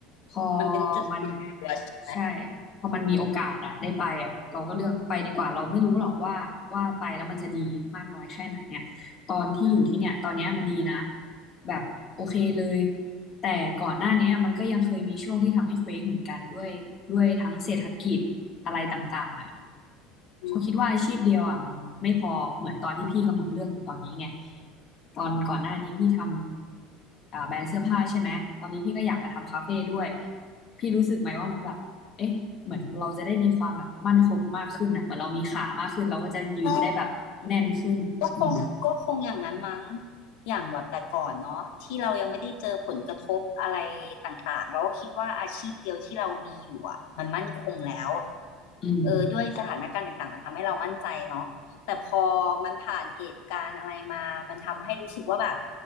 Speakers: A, on the left; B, on the left.
A: พอ
B: มันเป็นจุดหัวใช่ไหม
A: มันใช่พอมันมีโอกาสอะได้ไปอะเราก็เลือกไปดีกว่าเราไม่รู้หรอกว่าว่าไปแล้วมันจะดีมากน้อยแค่ไหนเนี่ยตอนที่อยู่ที่เนี่ยตอนเนี้ยมันดีนะ
B: อืม
A: แบบโอเคเลย แต่ก่อนหน้าเนี้ยมันก็ยังเคยมีช่วงที่ทำให้เฟ้งเหมือนกันด้วยด้วยทั้งเศรษฐกิจอะไรต่างๆอ่ะ
B: อืม
A: เขาคิดว่าอาชีพเดียวอ่ะมันไม่พอเหมือนตอนที่พี่กำลังเลือกอยู่ตอนนี้ไงตอนก่อนหน้านี้พี่ทำอ่าแบรนด์เสื้อผ้าใช่ไหมตอนนี้พี่ก็อยากมาทำคาเฟ่ด้วยพี่รู้สึกไหมว่ามันแบบเอ๊ะเหมือนเราจะได้มีความแบบมั่นคงมากขึ้นอ่ะเหมือนเรามีขามากขึ้นเราก็จะยืนได้แบบแน่นขึ้นอืม
B: ก็ก็คงก็คงอย่างนั้นมั้งอย่างแบบแต่ก่อนเนาะที่เรายังไม่ได้เจอผลกระทบอะไรต่างๆเราก็คิดว่าอาชีพเดียวที่เรามีอยู่อ่ะมันมั่นคงแล้ว
A: อืม
B: เออด้วยสถานการณ์ต่างๆมันทำให้เรามั่นใจเนาะแต่พอมันผ่านเหตุการณ์อะไรมามันทำให้รู้สึกว่าแบบ